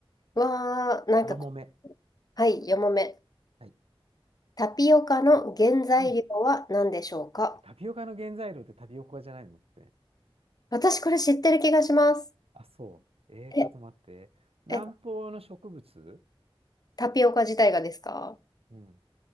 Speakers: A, on the left; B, on the right.
A: わー、なんかこ、
B: よもめ。
A: はい、4問目。
B: はい。
A: タピオカの原材料は何でしょうか
B: うん。タピオカの原材料ってタピオカじゃないのって。
A: 私これ知ってる気がします。
B: あ、そう。えー、
A: え、
B: ちょっと待って。南方の植物
A: え、タピオカ自体がですか
B: うん。